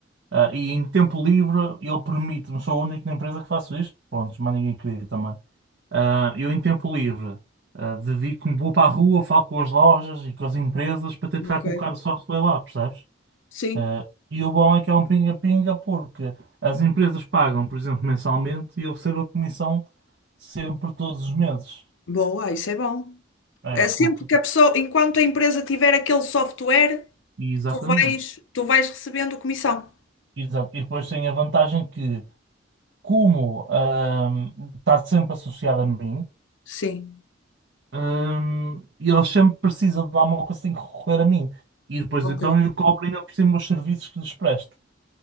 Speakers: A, on the right; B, on the left.
A: ah, e em tempo livre ele permite-me, sou o único na empresa que faço isto, pronto, mas ninguém queria também. Ah, eu, em tempo livre, ah, dedico-me, vou para a rua, falo com as lojas e com as empresas para tentar
B: Ok.
A: colocar o software lá, percebes?
B: Sim.
A: Ah, e o bom é que é um pinga-pinga porque as empresas pagam, por exemplo, mensalmente e eu recebo a comissão sempre todos os meses.
B: Boa, isso é bom.
A: É,
B: É sempre
A: porque,
B: que a pessoa, enquanto a empresa tiver aquele software,
A: exatamente.
B: tu vais, tu vais recebendo comissão.
A: Exato. E depois tem a vantagem que, como, ah, está sempre associado a mim,
B: Sim,
A: Hum, e eles sempre precisam de alguma coisa, têm que recorrer a mim. E depois
B: ok.
A: então eu cobro ainda por cima os serviços que lhes presto.